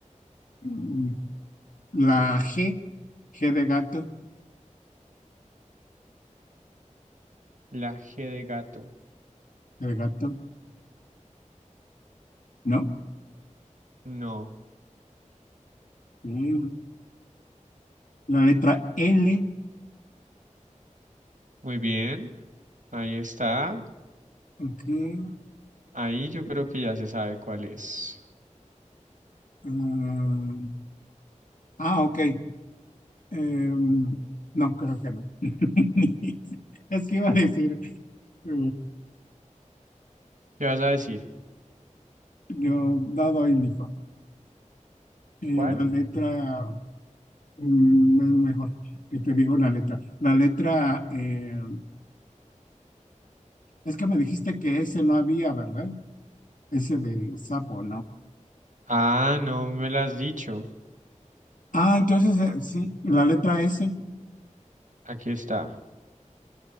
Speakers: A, on the left; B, on the right.
A: mm, la G, G de gato.
B: La G de gato.
A: La de gato, no.
B: No.
A: Mm, La letra L,
B: Muy bien. Ahí está.
A: ok.
B: Ahí yo creo que ya se sabe cuál es.
A: ah, ah, ok. Em, no, creo que no. <laughs> Es que iba a decir, eh,
B: ¿Qué vas a decir?
A: yo no doy hijo. Eh,
B: ¿Cuál?
A: la letra, mm, es mejor que te digo una letra. La letra, eh, es que me dijiste que ese no había, ¿verdad? Ese de sapo, ¿no?
B: Ah, no me lo has dicho.
A: Ah, entonces eh, sí, la letra S.
B: Aquí está.